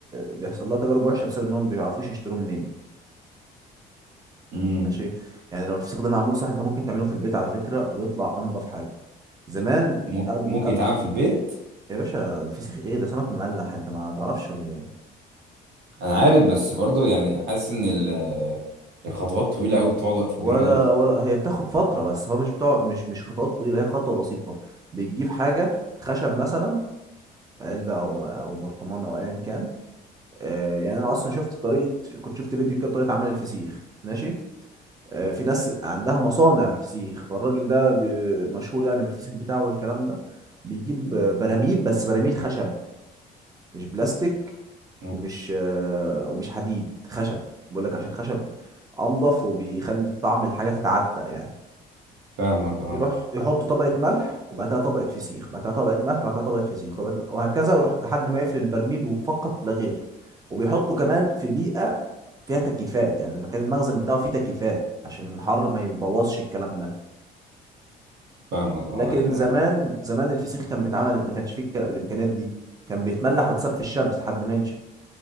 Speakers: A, on the right; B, on the right.
A: بيحصل لها تجارب وحشه بسبب انهم ما بيعرفوش يشتروه منين
B: امم
A: ماشي يعني لو الفسيخ ده معمول صح انت ممكن تعمله في البيت على فكره ويطلع انضف حاجه زمان
B: ممكن
A: قبل
B: ممكن
A: قبل
B: يتعمل في البيت
A: يا باشا الفسيخ ايه ده سمك مملح انت ما تعرفش ولا ايه
B: انا عارف بس برضو يعني حاسس ان ال- الخطوات طويلة قوي بتقعد وقت كبير
A: ولا
B: قوي
A: ولا هي بتاخد فترة بس هو مش بتاع مش مش خطوات طويلة هي خطوة بسيطة بتجيب حاجة خشب مثلا علبة أو أو برطمان أو أيا كان آه، يعني أنا أصلا شفت طريقة كنت شفت فيديو كده طريقة عمل الفسيخ ماشي آه،
B: مم.
A: في ناس عندها مصانع فسيخ فالراجل ده بي- مشهور يعني بالفسيخ بتاعه والكلام ده بيجيب آه، براميل بس براميل خشب مش بلاستيك
B: مم.
A: ومش آه، ومش حديد خشب بقول لك عشان خشب أنضف وبيخلي الطعم الحاجة تتعتق يعني
B: فاهمك اه
A: بيروح يحط طبقة ملح وبعد كده طبقة فسيخ بعد كده طبقة ملح بعد كده طبقة فسيخ طبقة ملح. وهكذا ويروح لحد ما يقفل البرميل وفقط لا غير وبيحطه كمان في بيئة فيها تكييفات يعني المكان المخزن بتاعه فيه تكييفات عشان الحر ما يبوظش الكلام ده
B: فاهمك اه
A: لكن
B: ايوه
A: زمان
B: ايوه
A: زمان الفسيخ كان بيتعمل ما كانش فيه الك- الإمكانيات دي كان بيتملح ويتساب في الشمس لحد ما ينشف